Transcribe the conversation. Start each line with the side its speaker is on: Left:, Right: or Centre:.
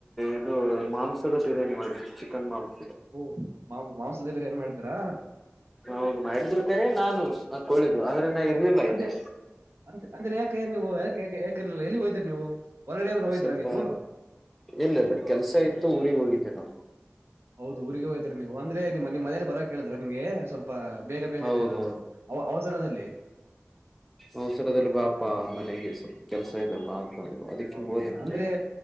Centre: ಇದು ಮಾಂಸದ ಬಿರಿಯಾನಿ ಮಾಡಿದ್ರು ಚಿಕನ್ ಮಾಂಸ
Right: ಓ ಮಾ ಮಾಂಸದೇ ಬಿರಿಯಾನಿ ಮಾಡಿದರಾ
Centre: ಹೌದು ಮಾಡಿದ್ರು ಕರೆ ನಾನು ನ ಕೋಳಿದು ಆದ್ರೆ ನಾ ಇರ್ಲಿಲ್ಲ
Right: ಅಂತೆ
Centre: ಇಲ್ಲಿ
Right: ಅಂತ ಅಂದ್ರೆ ಯಾಕೆ ನೀವು ಯಾಕೆ ಯಾಕ್ ಇರಲಿಲ್ಲ ಎಲ್ಲಿಗೆ ಹೋಗಿದ್ರಿ ನೀವು ಹೊರಗಡೆ ಏನಾದ್ರು ಹೋಗಿದ್ರಾ
Centre: ಸ್ವಲ್ಪ
Right: ನೀವು
Centre: ಇಲ್ಲ ಇಲ್ಲ ಕೆಲ್ಸ ಇತ್ತು ಊರಿಗೆ ಹೋಗಿದ್ದೆ ನಾನು
Right: ಹೌದು ಊರಿಗೆ ಹೋಗಿದ್ರಾ ನೀವು ಅಂದ್ರೆ ನಿಮ್ಮ ನಿಮ್ಮ ಮನೇಲಿ ಬರೋಕೆ ಹೇಳಿದ್ರಾ ನಿಮ್ಗೆ ಬಬೇಗ ಬೇಗನೆ
Centre: ಹೌದೌದು
Right: ಇದು ಅವ ಅವ ಅವಸರದಲ್ಲಿ
Centre: ಅವಸರದಲ್ಲಿ ಬಾಪಾ ಮನೆಗೆ ಸ್ವಲ್ಪ ಕೆಲ್ಸ ಇದೆ ಬಾ ಅಂತಂದ್ರು ಅದಕ್ಕೆ
Right: ಹೌದಾ
Centre: ಹೋದೆ ಮನೆಗೆ
Right: ಅಂದ್ರೆ